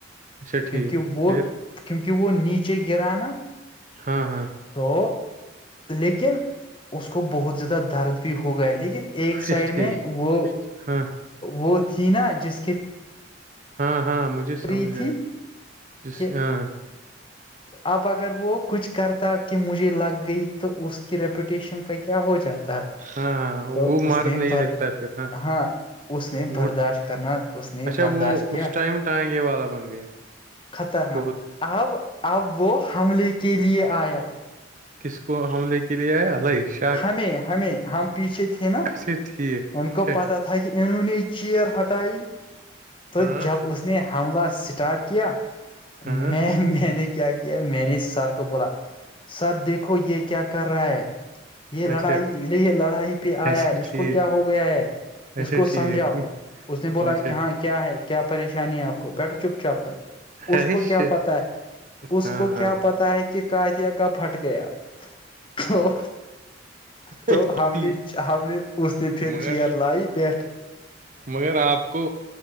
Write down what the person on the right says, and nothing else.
اچھا
ٹھیک
پھر
ہاں ہاں
اچھا
ٹھیک
ہاں
ہاں ہاں مجھے سمجھ
آ
جس
ہاں
ہاں ہاں
وہ
مرد
نہیں
دکھتا پھر
وہ
اچھا
وہ
اس ٹائم ٹانگے والا بن گیا
بہت
کس کو حملے کے لیے ہے الش
اچھا ٹھیک
اچھا
ہاں
ہاں
اچھا
اچھا
ٹھیک
اچھا
ٹھیک
اچھا
ارے
شٹ
ہاں
ہاں
اچھا
ٹھیک
مگر
مگر آپ کو